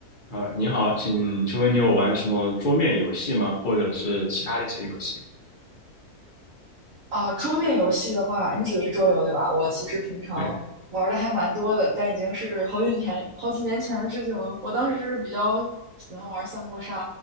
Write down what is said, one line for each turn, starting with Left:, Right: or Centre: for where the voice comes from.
Left: 啊呃你好，请请问你有玩什么桌面游戏吗？或者是其他的一些游戏？
Right: 啊，桌面游戏的话，你指的是桌游对吧？我其实平常玩的还蛮多的，
Left: 对，
Right: 但已经是好几年、好几年前的事情了。我当时是比较喜欢玩三国杀，